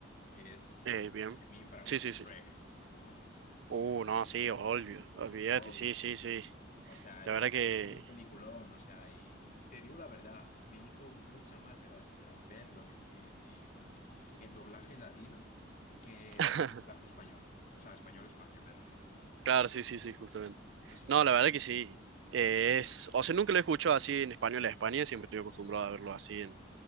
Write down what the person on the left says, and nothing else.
es,
de mí, para mí
ese
es
Shrek, ¿no?
Obvio.
O sea, ese,
ese es un peliculón, o sea, y, y te digo la verdad, me hizo mucha más gracia verlo en, en, en, en doblaje latino que
ver doblaje español. O sea, español-España me refiero.
No sé si...